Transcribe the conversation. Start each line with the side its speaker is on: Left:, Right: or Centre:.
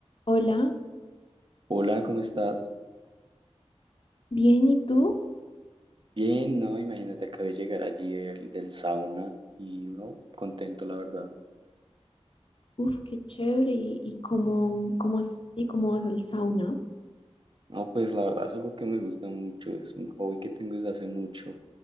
Left: Hola,
Right: Hola, ¿cómo estás?
Left: bien, ¿y tú?
Right: Bien, no, imagínate, acabé de llegar allí del, del sauna y no, contento, la verdad.
Left: Uf, qué chévere. ¿Y, y cómo, cómo así, cómo vas al sauna?
Right: No, pues la verdad es algo que me gusta mucho, es un hobby que tengo desde hace mucho,